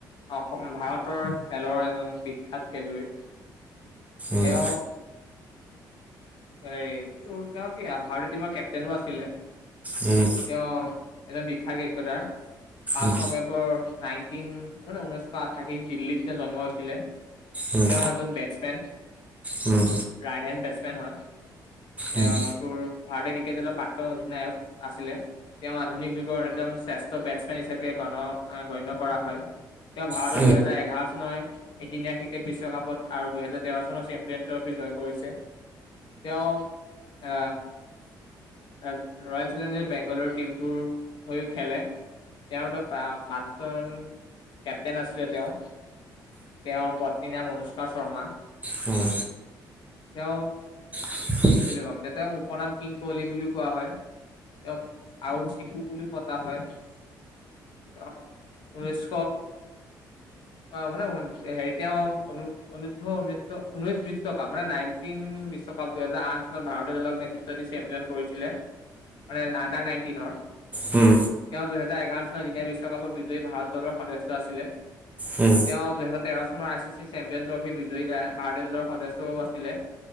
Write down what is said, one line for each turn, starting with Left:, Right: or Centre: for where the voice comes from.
Left: অসম ভাৰতৰ খেলৰ এজন বিখ্যাত খেলুৱৈ,
Right: উম
Left: তেওঁ হেৰি তেওঁ কি ভাৰতীয় টিমৰ কেপটেইনো আছিলে।
Right: উম।
Left: তেওঁ এজন বিখ্যাত ৰিয়েক কতাৰ, পাঁচ
Right: উম
Left: নমে নাইনটিন অ', নহয় উনৈশ শ' আঠাশী দিল্লীত তেওঁ জন্ম হৈছিলে।
Right: উম
Left: তেওঁ এজন বেটছমেন।
Right: উম।
Left: ৰাইট হেণ্ড বেটছমেন হয়। তেওঁ
Right: উম।
Left: তোৰ ভাৰতীয় ক্ৰিকেট দলৰ প্ৰাক্তন অধিনায়ক আছিলে। তেওঁ আধুনিক যুগৰ অন্যতম শ্ৰেষ্ঠ বেটছমেন হিচাপে গণ গণ্য কৰা হয়। তেওঁ ভাৰতত
Right: উম উম উম উম উম উম উম উম উম উম উম উম উম উম উম উম
Left: দুহেজাৰ এঘাৰ চনৰ এইটি নাইন ক্ৰিকেট বিশ্বকাপত আৰু দুহেজাৰ তেৰ চনৰ চেম্পিয়ন ট্ৰফি জয় কৰিছে। তেওঁ আ ৰয়েল চেলেঞ্জাৰ বেংগালৰ টিমটোৰ হৈও খেলে। তেওঁ এটা প্ৰা প্ৰাক্তন কেপ্তেইন আছিলে তেওঁ। তেওঁৰ পত্নীৰ নাম অনুষ্কা শৰ্মা।
Right: হুম,
Left: তেওঁ
Right: <inaudible>
Left: বুলি কম এতিয়া তেওঁক উপনাম কিং কোহলি বুলিও কোৱা হয় তেওঁক <unintelligible> <unintelligible> বুলিও মতা হয়, তেওঁ উনৈছশ অ', মানে হেৰি তেওঁ অনু <unintelligible> উনৈশ উনৈশ বিশ্বকাপ মানে নাইনটিন বিশ্ব বিশ্বকাপ দুহেজাৰ আঠ চনত ভাৰতীয় দলক নেতৃত্ব দি চেম্পিয়ন কৰিছিলে মানে আণ্ডাৰ নাইনটিনৰ
Right: উম,
Left: তেওঁ দুহেজাৰ এঘাৰ চনৰ দিনে বিশ্বকাপৰ বিজয়ী ভাৰত দলৰ সদস্য আছিলে।
Right: উম,
Left: তেওঁ দুহেজাৰ তেৰ চনৰ I C C champion trophy বিজয়ী ভাৰতীয় দলৰ সদস্যও আছিলে।